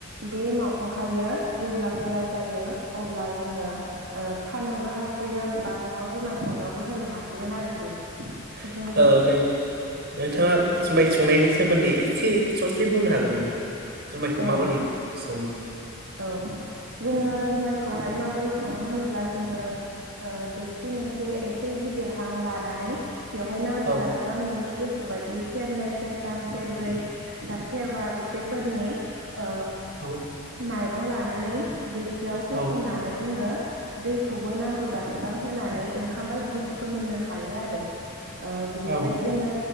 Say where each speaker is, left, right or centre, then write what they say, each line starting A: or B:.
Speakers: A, on the right; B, on the right.
A: बे एमावखौहायो जेब्ला गोरा जायो अब्ला जोङो ओ फाननोबो हासि सिगोन बा न'आव जुमाय संनायावबो होनो हासिगोन आरोखि
B: औ
A: जोङो
B: नों-नोंथाङा
A: औ
B: जुमाय संनायनि सोमोन्दै एसे ससे बुंनो हागोन नामा जुमायखौ
A: औ
B: माबोरै सङो
A: औ जोङो जुमायखौहाय माबोरै सङो होनोब्ला जोङो ओ दोबसि मोनसे एसे गिदिरहां लानानै बेवहाय नांगौ
B: औ
A: जासिबां नोंनि गोस गोसो बायदियै सेरनै सेरथाम सेरब्रै बा सेरबा बेसेफोरनि ओ
B: औ
A: माइरं लानानै दोबसियाव होसननानै
B: औ
A: जोङो दैखौबो नांगौ जासोबां होनानै ओंखाम बायदिनो फोमोननो हायो आरो ओ बेनिफ्राय
B: औ
A: जोङो